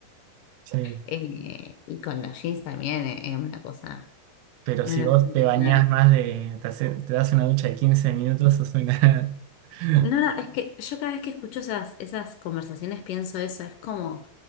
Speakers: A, on the right; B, on the left.
A: sí.
B: Eh, y con los jeans también eh, es una cosa,
A: Pero
B: es
A: si
B: una
A: vos
B: cosa impresionante.
A: te bañás más de, te, hace- te das una ducha de 15 minutos, sos una... <laughs>
B: No, no, es que yo cada vez que escucho esas, esas conversaciones pienso eso, es como,